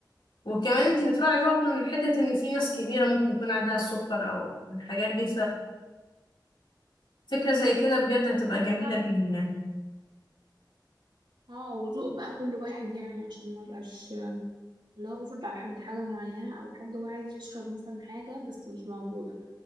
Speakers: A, on the left (about 80°); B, on the right (about 80°).
A: وكمان انتي بتراعي برضه من حتة ان في ناس كبيرة ممكن يكون عندها السكر او الحاجات دي ففكرة زي كده بجد هتبقى
B: بالظبط
A: جميلة ليهم يعني
B: اه وذوق بقى كل واحد يعني عشان ما بقاش اللي هو بفرض على حد حاجة معينة او حد هو عايز يشرب مثلا حاجة بس مش موجودة